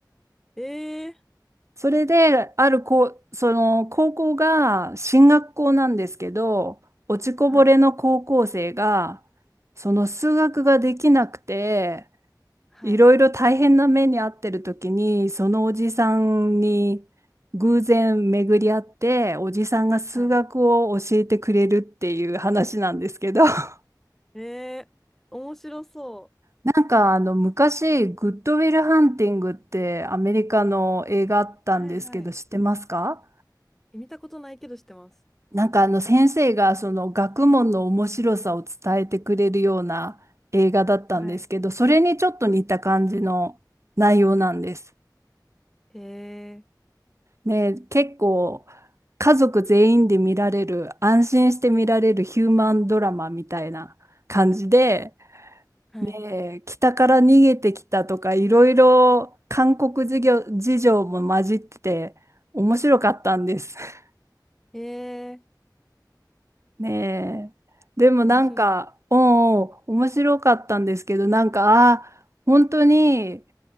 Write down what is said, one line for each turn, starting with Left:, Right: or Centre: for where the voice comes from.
Centre: ええ
Right: それで、あるこう、その、高校が進学校なんですけど、落ちこぼれの高校生が、
Centre: はい。
Right: その数学ができなくて、
Centre: はい。
Right: いろいろ大変な目に遭ってる時に、そのおじさんに偶然巡り合って、おじさんが数学を教えてくれるっていう話なんですけど、
Centre: はい。
Right: <laughs>
Centre: ええ面白そう。
Right: なんかあの昔、グッドウィルハンティングってアメリカの映画あったんですけど、
Centre: はいはい。
Right: 知ってますか
Centre: 見たことないけど知ってます。
Right: なんかあの先生がその学問の面白さを伝えてくれるような映画だったんですけど、
Centre: はい。
Right: それにちょっと似た感じの内容なんです。
Centre: へえ。
Right: ね、結構家族全員で見られる、安心して見られるヒューマンドラマみたいな感じで、
Centre: はい。
Right: ね、北から逃げてきたとか、いろいろ韓国事業、事情も混じってて、面白かったんです。<laughs>
Centre: へえ。
Right: ねえ、でもなんか、
Centre: 面白そう。
Right: うんうん、面白かったんですけど、なんか、あー本当に、